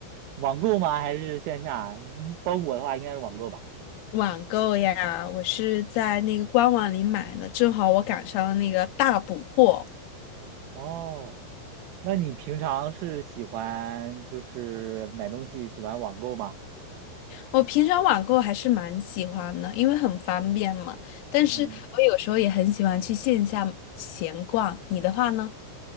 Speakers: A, on the right (about 80°); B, on the left (about 85°).
A: 网购吗？还是线下？嗯包裹的话，应该是网购吧。
B: <laughs> 网购呀，我是在那个官网里买的，正好我赶上了那个大补货。
A: 哦，那你平常是喜欢就是买东西喜欢网购吗？
B: 我平常网购还是蛮喜欢的，因为很方便嘛。但是我有时候也很喜欢去线下闲逛。
A: 嗯。
B: 你的话呢？